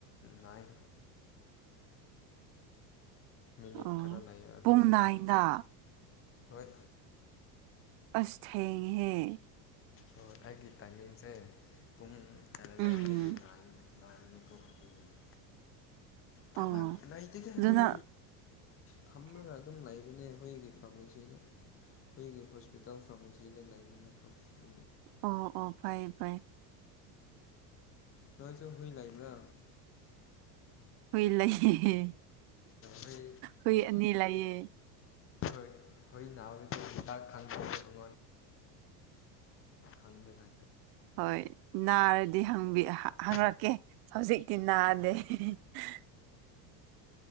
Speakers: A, on the left; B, on the right.
A: ꯅꯥꯏꯟ ꯃꯤꯅꯤꯠ
B: ꯑ
A: ꯈꯔ ꯂꯩꯌꯦ ꯑꯗꯨꯒꯅꯤ
B: ꯄꯨꯡ ꯅꯥꯏꯗ
A: ꯍꯣꯏ
B: ꯑꯁꯩꯍ
A: ꯑꯣ ꯑꯩꯒꯤ ꯇꯥꯏꯃꯤꯡꯁꯦ ꯄꯨꯡ ꯑꯦꯂꯕꯦꯟꯗꯒꯤ
B: ꯎꯝ
A: ꯅꯍꯥꯟ ꯂꯥꯡꯅꯤ ꯀ ꯍꯒꯅꯤ ꯊꯕꯛ
B: ꯑꯣ
A: ꯂꯩꯗꯒ
B: ꯑꯗꯨꯅ
A: ꯑꯗꯨꯝ ꯐꯝꯂꯒ ꯑꯗꯨꯝ ꯂꯩꯕ ꯑꯗꯨꯅꯦ ꯍꯨꯏꯒꯤ ꯐꯥꯔꯃꯥꯁꯤꯗ ꯍꯨꯏꯒꯤ ꯍꯣꯁꯄꯤꯇꯥꯜ ꯐꯥꯔꯃꯥꯁꯤꯗ ꯂꯩꯕꯅꯀꯣ ꯎꯝ
B: ꯑꯣ ꯑꯣ ꯐꯥꯏ ꯐꯥꯏ
A: ꯅꯉꯁꯨ ꯍꯨꯏ ꯂꯩꯥꯛꯕ꯭ꯔꯥ
B: ꯍꯨꯏ ꯂꯩꯌꯦ
A: ꯍꯨꯏ
B: ꯍꯨꯏ ꯑꯅꯤ ꯂꯩꯌꯦ
A: ꯍꯣꯏ ꯍꯣꯏ ꯅꯍꯇ ꯈ ꯍꯪꯕꯗꯥ
B: ꯍꯣꯏ ꯅꯥꯔꯗꯤ ꯍꯪ
A: ꯍꯤꯗꯥꯛ
B: ꯍꯪꯔꯛꯀꯦ
A: ꯄꯤꯒꯦ
B: ꯍꯧꯖꯤꯛꯇꯤ ꯅꯥꯗꯦ ꯍ